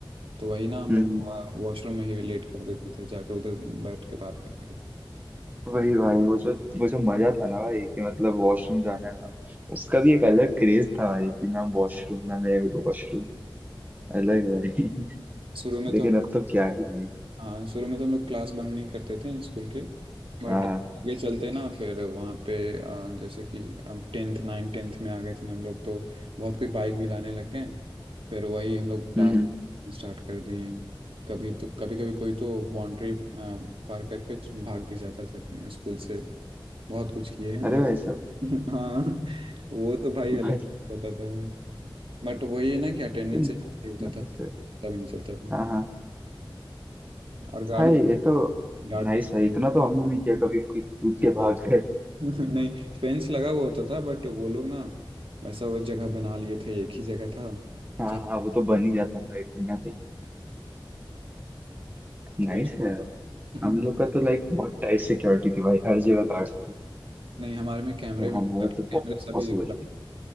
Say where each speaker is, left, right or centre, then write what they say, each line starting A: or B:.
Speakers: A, on the right; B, on the right.
A: तो वही ना हम
B: हम्म।
A: लोग वॉशरूम में ही लेट कर देते थे जाकर उधर बैठ के बात करते थे
B: वही भाई वो जो वो जो मजा था ना भाई कि मतलब वॉशरूम जाने में हम- उसका भी एक अलग क्रेज था भाई कि मैम वॉशरूम ना मैं वॉशरूम अलग भाई <laughs>
A: शुरू में
B: लेकिन
A: तो हम
B: अब तो क्या ही भाई
A: हाँ शुरू में तो हम लोग क्लास बंक नहीं करते थे स्कूल के बट
B: हाँ
A: आगे
B: हाँ,
A: चलते ना फिर वहाँ पे आ, जैसे कि अब टेंथ नाइन टेंथ में आ गए थे ना हम लोग तो बहुत कोई बाइक भी लाने लग गए फिर वही हम लोग क्लास
B: हम्म हम्म।
A: स्टार्ट कर दिए कभी तो कभी कभी कोई तो बाउंड्री पार करके भाग भी जाता था स्कूल से बहुत कुछ किए हैं हम
B: अरे भाई साहब
A: लोग <laughs> हाँ वो तो भाई
B: भाई
A: अलग रहता था भाई बट वही है ना कि अटेंडेंस
B: तुम
A: ही होता
B: नमस्ते।
A: था पता भी नहीं चलता था
B: हाँ हाँ
A: और गार्ड
B: भाई ये तो
A: गार्ड
B: नाइस
A: तो स्कूल
B: भाई इतना तो हमने नहीं किया कभी कोई कूद के भाग गए
A: <laughs> नहीं फेंस लगा हुआ होता था बट वो लोग ना वैसा वो जगह बना लिए थे एक ही जगह था
B: हाँ
A: जहाँ
B: हाँ वो तो बन ही जाता है भाई कहीं ना कहीं नाइस
A: तो
B: है
A: <laughs>
B: यार
A: हम्म,
B: हम लोग का तो लाइक बहुत टाइट सिक्योरिटी थी भाई हर जगह गार्ड्स थे
A: नहीं हमारे में कैमरे
B: तो
A: भी
B: हमारा
A: कैमरे
B: तो पॉसिबल
A: सभी
B: ही नहीं